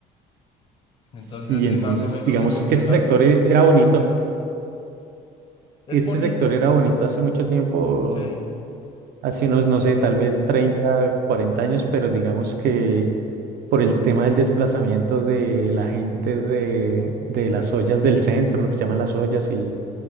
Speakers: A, on the left; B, on the right.
A: Entonces
B: Sí,
A: sí,
B: entonces
A: más o menos
B: digamos
A: sé cómo
B: que ese
A: es la
B: sector
A: zona.
B: e- era bonito. Este
A: Es bonito,
B: sector era bonito hace mucho tiempo,
A: sí,
B: hace unos, no sé, tal vez 30, 40 años, pero digamos que por el tema del desplazamiento de la gente de, de las ollas del centro, lo que se llaman las ollas y,